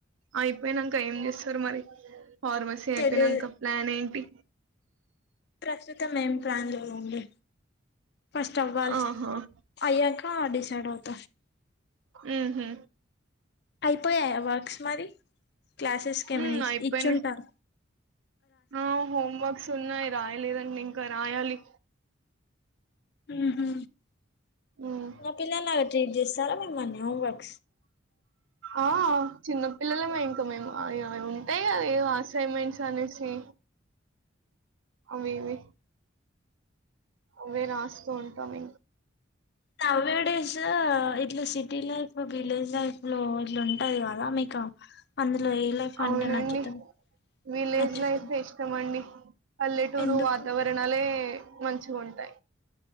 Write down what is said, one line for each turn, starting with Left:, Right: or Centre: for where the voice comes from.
Right: అయిపోయినంక ఏం చేస్సరు మరి ఫార్మసీ అయిపోయినాంక
Left: తెలి
Right: ప్లాన్ ఏంటి
Left: ప్రస్తుతం ఏం ప్లాన్ లేవండి ఫస్ట్ అవ్వాల్సి
Right: ఆహా
Left: అయ్యాక ఆ డిసైడవుత
Right: ఊహూ
Left: అయిపోయాయా వర్క్స్ మరి క్లాసెస్కి
Right: హ్మ్
Left: ఏమైనా
Right: అయిపోయినాయి
Left: ఇచ్చుంటార
Right: ఆ హోమ్వర్క్స్ ఉన్నాయి రాయలేదండి ఇంకా రాయాలి
Left: ఊహు
Right: హ్మ్
Left: చిన్న పిల్లలాగా ట్రీట్ చేస్తారా మిమ్మల్ని హోంవర్క్
Right: ఆ చిన్న పిల్లల మే ఇంక మేము అవి ఉంటాయి టాయి అవేవో అసైన్మెంట్స్ అనేసి అవి ఇవి అవే రాస్తూ ఉంటాం ఇంక
Left: నౌ యే డేస్ ఇట్లా సిటీ లైఫ్ లో విలేజ్ లైఫ్ లో ఇట్ల ఉంటాయిగా మీకా అందులో ఏలైఫ్
Right: అవునండి
Left: అంటే నచ్చుతుంది
Right: విలేజ్
Left: నచ్చుతుంది
Right: లైఫ్ ఇష్టం అండి పల్లెటూరు
Left: ఎందుకు
Right: వాతావరణాలే మంచిగ ఉంటాయి